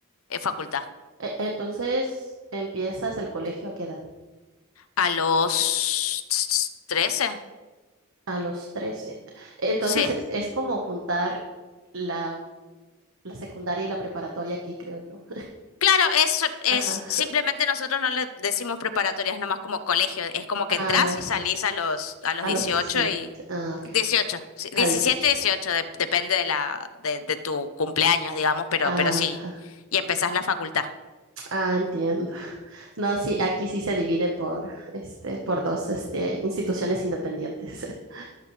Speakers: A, on the left; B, on the right.
A: es facultad.
B: E- entonces, ¿empiezas el colegio a qué edad?
A: A los 13,
B: A los 13. Entonces,
A: sí.
B: es, es como juntar la, la secundaria y la preparatoria aquí, creo yo.
A: Claro, eso es
B: <laughs> Ajá.
A: simplemente nosotros no le decimos preparatorias, nomás como colegio, es como que
B: Ah,
A: entras y
B: sí.
A: salís a los a los
B: A
A: 18
B: los 17.
A: y
B: Ah, ok.
A: 18, sí,
B: A
A: 17,
B: 18.
A: 18, de- depende de la de, de tu cumpleaños, digamos, pero
B: Ajá.
A: pero sí, y empezás la facultad.
B: Ah, entiendo. <laughs> No, sí, aquí sí se divide por, este, por dos, este, instituciones independientes. <laughs>